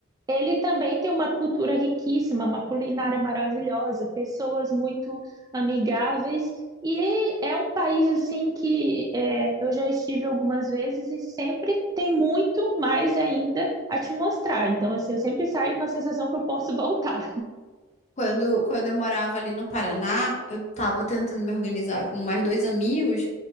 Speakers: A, on the right (about 20°); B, on the left (about 35°).
A: ele também tem uma cultura riquíssima, uma culinária maravilhosa, pessoas muito amigáveis. E é um país assim que é, eu já estive algumas vezes e sempre tem muito mais ainda a te mostrar. Então, assim, eu sempre saio com a sensação que eu posso <laughs> voltar.
B: Quando, quando eu morava ali no Paraná, eu tava tentando me organizar com mais dois amigos